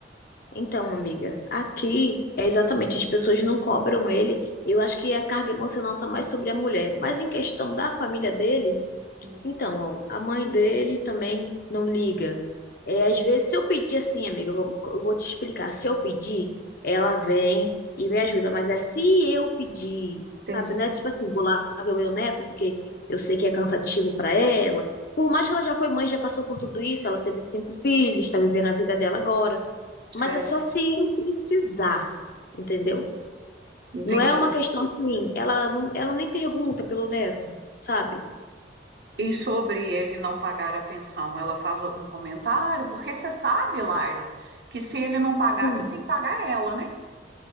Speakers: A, on the left; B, on the right.
A: Então, amiga, aqui é exatamente, as pessoas não cobram ele. Eu acho que a carga emocional tá mais sobre a mulher. Mas em questão da família dele,
B: Hum,
A: então, ó, a mãe dele também não liga. É, às vezes, se eu pedir assim, amiga, eu vou, eu vou te explicar. Se eu pedir, ela vem e me ajuda. Mas é se eu pedir,
B: Entendi.
A: sabe? Não é tipo assim, vou lá ver o meu neto, porque eu sei que é cansativo para ela. Por mais que ela já foi mãe, já passou por tudo isso, ela teve cinco filhos, tá vivendo a vida dela agora. Mas
B: É,
A: é só se eu precisar, entendeu?
B: uhum, entendi.
A: Não é uma questão assim, ela não, ela nem pergunta pelo neto, sabe?
B: E sobre ele não pagar a pensão, ela faz algum comentário? Porque você sabe, Laila, que se ele não pagar,
A: Sim.
B: quem tem que pagar é ela, né?